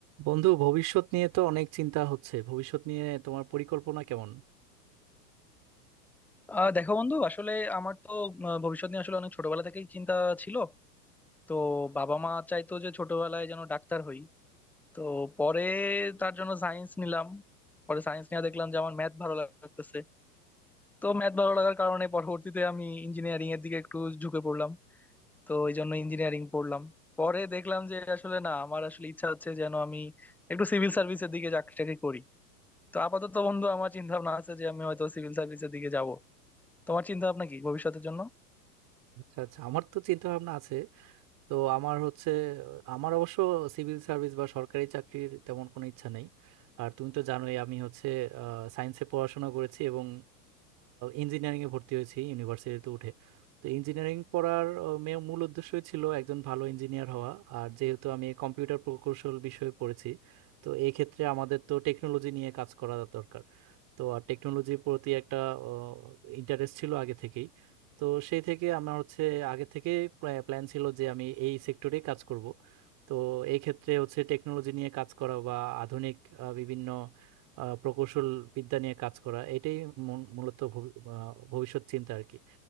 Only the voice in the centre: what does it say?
আহ দেখো বন্ধু আসলে আমার তো আহ, ভবিষ্যৎ নিয়ে আসলে অনেক ছোটবেলা থেকেই চিন্তা ছিল তো বাবা মা চাইতো যে ছোটবেলায় যেন ডাক্তার হই তো পরে তার জন্য সায়েন্স নিলাম পরে সায়েন্স নিয়ে দেখলাম যে আমার ম্যাথ ভালো লাগতেছে তো ম্যাথ ভালো লাগার কারণে পরবর্তীতে আমি ইঞ্জিনিয়ারিং এর দিকে একটু ঝুঁকে পড়লাম তো এই জন্য ইঞ্জিনিয়ারিং পড়লাম পরে দেখলাম যে আসলে না আমার আসলে ইচ্ছা হচ্ছে যেন আমি একটু সিভিল সার্ভিসের দিকে চাকরি টাকরি করি তো আপাতত বন্ধু আমার চিন্তা ভাবনা আছে যে আমি হয়তো সিভিল সার্ভিসের দিকে যাব তোমার চিন্তা ভাবনা কি ভবিষ্যতের জন্য